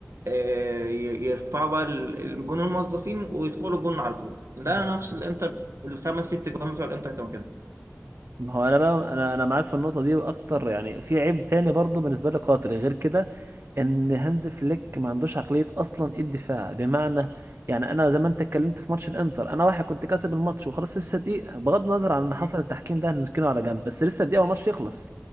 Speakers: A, on the right; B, on the right.
A: آه، ي- يرفعوا بقى ال- الجون الموظفين ويدخلوا جون على طول لا
B: ده حقيقة.
A: نفس الانتر الخمس ست جوان بتوع الانتر كانوا كده
B: ما هو انا بقى انا انا معاك في النقطه دي واكتر يعني في عيب تاني برضو بالنسبه لي قاتل غير كده ان هانز فليك ما عندوش عقليه اصلا الدفاع بمعنى يعني انا زي ما انت اتكلمت في ماتش الانتر انا واحد كنت كاسب الماتش وخلاص لسه دقيقه بغض النظر عن اللي حصل
A: مم.
B: التحكيم ده هنركنه على
A: بالظبط
B: جنب بس لسه دقيقه والماتش يخلص